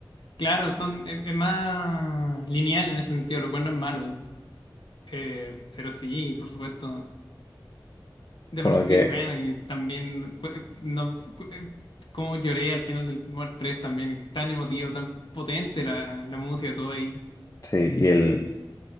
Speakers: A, on the left; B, on the left.
A: claro, son, es, es más lineal en ese sentido, lo cual no es malo, eh, pero sí, por supuesto. De
B: Como
A: por sí,
B: que
A: bueno, y también cu- eh, no, cu- eh, como lloré al final del Mort 3 también, tan emotivo, tan potente la, la música, todo ahí.
B: sí, y el